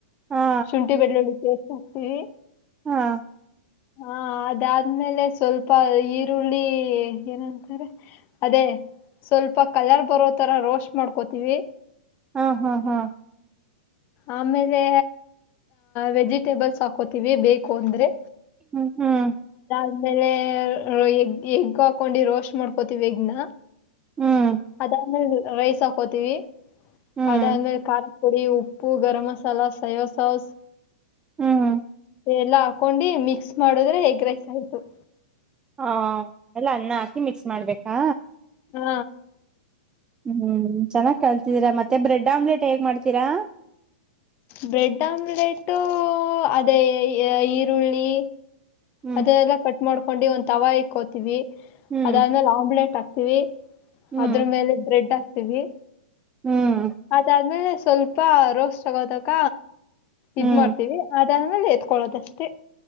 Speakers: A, on the right; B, on the left.
A: ಹಾ
B: ಶುಂಠಿ ಬೆಳ್ಳುಳ್ಳಿ ಪೇಸ್ಟ್ ಸಿಗ್ತೀವಿ.
A: ಹಾ.
B: ಹಾ ಅದಾದ್ಮೇಲೆ ಸ್ವಲ್ಪ ಈರುಳ್ಳಿ ಏನಂತಾರೆ ಅದೇ ಸ್ವಲ್ಪ ಕಲರ್ ಬರೋ ತರ ರೋಸ್ಟ್ ಮಾಡ್ಕೋತೀವಿ.
A: ಹಾ ಹಾ ಹಾ
B: ಆಮೇಲೆ ವೆಜಿಟೇಬಲ್ಸ್ ಹಾಕೋತೀವಿ ಬೇಕು ಅಂದ್ರೆ
A: ಹ್ಮ ಹ್ಮ್
B: ಆಮೇಲೆ ಎಗ್ ಎಗ್ ಹಾಕೊಂಡು ರೋಸ್ ಮಾಡ್ಕೋತಿೀವಿ ಎಗ್ನ
A: ಹ್ಮ್
B: ಅದ್ಮೇಲೆ ರೈಸ್ ಹಾಕೋತೀವಿ
A: ಹ್ಮ್
B: ಅದ ಅಂದ್ಮೇಲೆ ಕ ಪುರಿ ಉಪ್ಪು ಗರಂ ಮಸಾಲಾ ಸೊಯ ಸಾಸ್
A: ಹ್ಮ್
B: ಎಲ್ಲ ಹಾಕೊಂಡಿ ಮಿಕ್ಸ್ ಮಾಡೋದ್ರೆ ಹೇಗ ರೈಸ್ ಆಯತು ಹ
A: ಹಾ ಎಲ್ಲ ಅನ್ನ ಮಿಕ್ಸ್ ಮಾಡ್ಬೇಕಾ
B: ಹ್ಮ
A: ಹ್ಮ್ ಚೆನ್ನಾಗ್ ಕಲ್ತಿದ್ದೀರಾ ಮತ್ತೆ ಬ್ರೆಡ್ ಆಮ್ಲೆಟ್ ಹೇಗ್ ಮಾಡ್ತೀರಾ
B: ಬ್ರೆಡ್ ಆಮ್ಲೆಟ್ಟು ಅದೇ ಈರುಳ್ಳಿ
A: ಹ್ಮ್
B: ಅದೆಲ್ಲ ಕಟ್ಟ ಮಾಡ್ಕೊಂಡು ಒಂದ್ ತವಾಯ ಇಕ್ಕೋತೀವಿ
A: ಹ್ಮ್
B: ಅದಾದ್ಮೇಲೆ ಆಮ್ಲೆಟ್ ಆಗ್ತದೆ ಇ
A: ಹ್ಮ್
B: ಅದ್ರ ಮೇಲೆ ಬ್ರೆಡ್ ಹ ಇವೂ
A: ಹ್ಮ್
B: ಅದಾದ್ಮೇಲೆ ಸ್ವಲ್ಪ ರೋಸ್ಟ್ ಆಗೋತಕ
A: ಹ್ಮ್
B: ಇದು ಮಾಡ್ತೀವಿ ಅ ಮನೆಲ್ಲಿ ಎತ್ಕೊಳ್ಳೋದಷ್ಟೇ